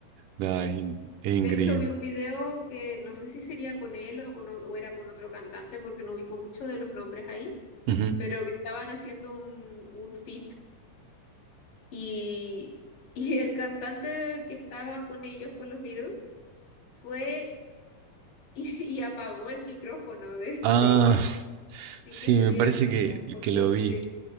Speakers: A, on the right; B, on the left.
A: No, es, in- es increíble.
B: De hecho, vi un video que no sé si sería con él o, con o- o era con otro cantante, porque no ubico mucho de los nombres ahí,
A: Ujú.
B: pero que estaban haciendo un, un feat y, <laughs> y el cantante que estaba con ellos, con los Beatles, fue <laughs> y, y apagó el micrófono de,
A: Ah,
B: de ella sin
A: sí,
B: que se
A: me
B: diera
A: parece
B: cuenta,
A: que,
B: porque
A: que lo
B: se,
A: vi.